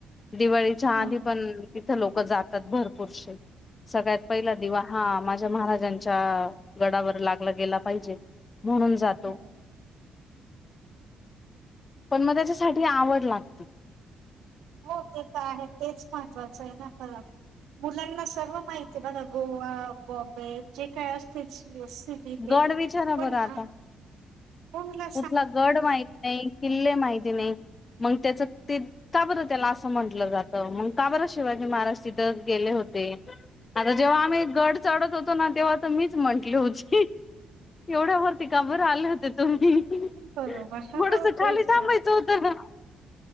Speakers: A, on the left (about 35°); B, on the right (about 80°).
A: दिवाळीच्या
B: ह
A: आधी
B: ह
A: पण इथं लोक जातात भरपूरसे सगळ्यात पहिला दिवा हा माझ्या महाराजांच्या गडावर लागला गेला पाहिजे. म्हणून जातो
B: बरोबर
A: पण मग त्याच्यासाठी आवड लागते.
B: हो ते तर आहे तेच महत्वाचं आहे ना खर मुलांना सर्व माहिती ते बघा गोवा, बॉम्बे जे काय असतेच तेच
A: गड विचारा
B: पण
A: बरं
B: ह्यात,
A: आता
B: हो मुलं
A: कुठला गड माहती नाही, किल्ले माहिती नाही, मग त्याच का बरं त्याला असं म्हंटलं जातं मग का बरं शिवाजी महाराज तिथं गेले होते. आणि जेव्हा आम्ही गड चढत होतो ना तेव्हा तर मीच म्हंटली होती, एवढ्यावर का बर आले होते तुम्ही, थोडस
B: बरोबर हो तेच
A: खाली थांबायचं
B: तर
A: होत ना.